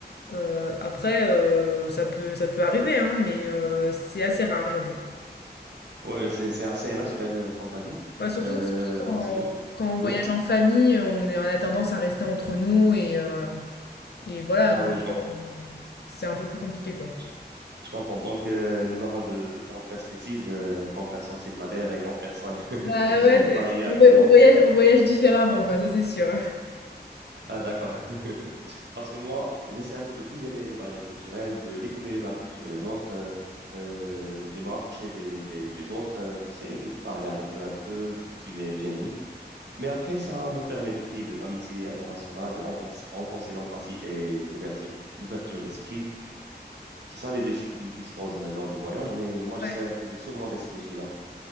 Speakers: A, on the left; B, on the right.
A: Heu, après, heu, ça peut ça peut arriver, hein, mais heu, c'est assez rare, j'avoue.
B: Ouais, ouais, c'est c'est assez naturel, euh, comme tu as dit.
A: Bah, surtout
B: Euh,
A: surtout quand
B: parce que,
A: quand on voyage
B: oui,
A: en famille, on est on a tendance à rester entre nous et heu et voilà,
B: ah
A: donc
B: oui,
A: heu,
B: je comprends.
A: c'est un peu plus compliqué, quoi.
B: Je, je comprends. Donc, euh, nous avons de différentes perspectives, euh, comme personne célibataire et comme personne <laughs>
A: Bah ouais, c'est
B: mariée avec
A: on voy-
B: des
A: on
B: enfants.
A: voyage, on voyage différemment, quoi, ça c'est sûr.
B: Ah, d'accord. <laughs> Parce que moi, j'essaie un peu de briser les, les barrières culturelles, de découvrir la culture des autres, euh, euh, de me rapprocher des, des, des autres, euh, d'essayer de parler avec eux un peu de sujets génériques. Mais après, ça me permet de créer des amitiés internationales, de renforcer renforcer l'empathie et l'ouverture, l'ouverture d'esprit. C'est ça les défis qui, qui se posent euh, lors des voyages, mais moi, j'essaie
A: Ouais.
B: un peu de surmonter ces défis-là.